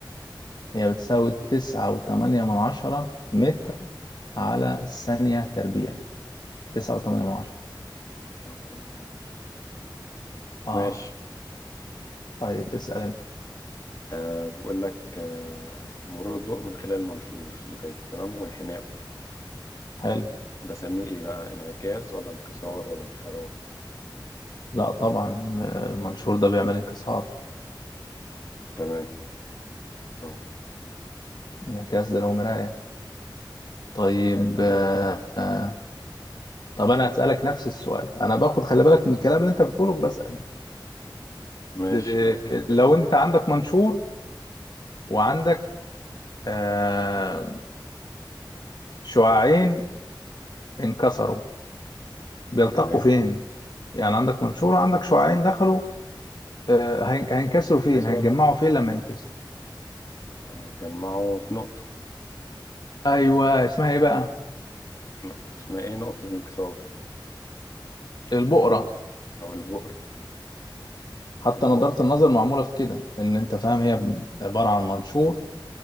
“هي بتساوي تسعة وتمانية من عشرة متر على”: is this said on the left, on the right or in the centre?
Left